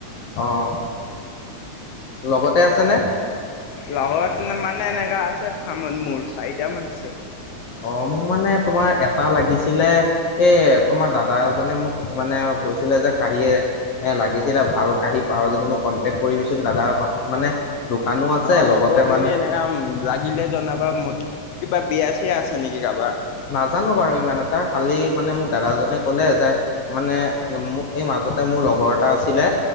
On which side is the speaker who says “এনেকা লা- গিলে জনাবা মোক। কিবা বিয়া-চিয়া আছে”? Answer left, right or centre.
Left